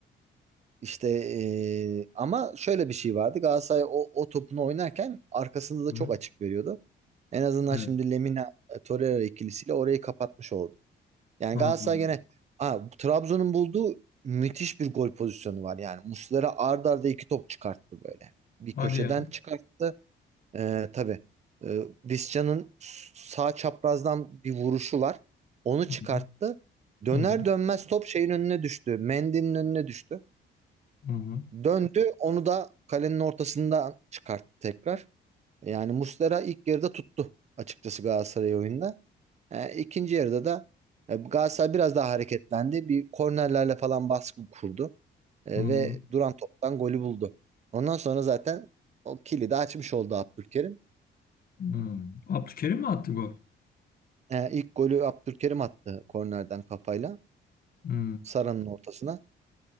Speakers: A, on the right; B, on the left.
A: İşte e, ama şöyle bir şey vardı. Galatasaray o, o topunu oynarken arkasında da
B: Hı
A: çok
B: hı.
A: açık veriyordu. En azından
B: Evet.
A: şimdi Lemina e, Torreira ikilisiyle orayı kapatmış oldu. Yani
B: Anladım.
A: Galatasaray gene Aa, Trabzon'un bulduğu müthiş bir gol pozisyonu var. Yani Muslera ard arda iki top çıkarttı böyle. Bir köşeden
B: Hadi ya.
A: çıkarttı. E, tabii e, Visca'nın sağ çaprazdan bir vuruşu var. Onu
B: Hı
A: çıkarttı.
B: hı.
A: Döner
B: Hı hı.
A: dönmez top şeyin önüne düştü. Mendy'nin önüne düştü.
B: Hı hı.
A: Döndü onu da kalenin ortasından çıkarttı tekrar. Yani Muslera ilk yarıda tuttu açıkçası Galatasaray oyunda. E, ikinci yarıda da e, Galatasaray biraz daha hareketlendi. Bir kornerlerle falan baskı kurdu. E,
B: Hı hı.
A: ve duran toptan golü buldu. Ondan sonra zaten o kilidi açmış oldu Abdülkerim.
B: Hı. Abdülkerim mi attı gol?
A: E, ilk golü Abdülkerim attı kornerden kafayla.
B: Hı.
A: Sara'nın ortasına.